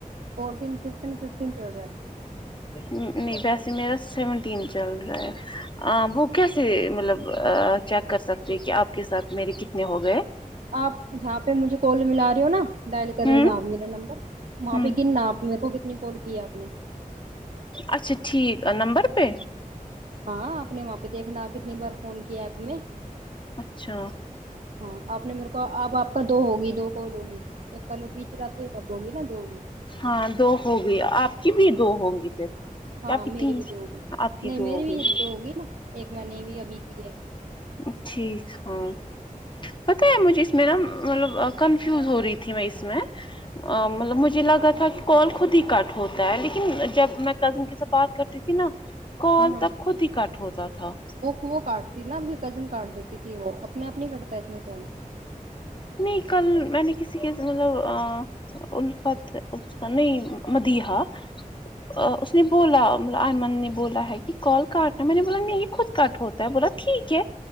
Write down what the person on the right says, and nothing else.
فورٹین ففٹین ففٹین چل رہا ہے
آپ جہاں پہ مجھے کال ملا رہی ہو نا ڈائل کر رہے
ہو جہاں میرا نمبر وہاں
پہ گننا آپ میرے کو کتنی کال کی آپ نے
ہاں آپ نے وہاں پہ دیکھنا کتنی بار فون کیا ایپ میں
ہاں آپ نے میرے کو اب آپ کا دو ہوگئی دو کال ہوگئی ایک کل ہوی تھی رات میں ایک اب ہوگئی نا دو ہوگئی
ہاں
میری
بھی دو ہوگی
نہیں
میری
بھی دو ہو گی نا ایک میں نے بھی ابھی کیا
ہاں ہاں
وہ وہ کاٹتی نا آپ کی کزن کاٹ دیتی تھی وہ اپنے آپ نہیں کٹتا اس میں فون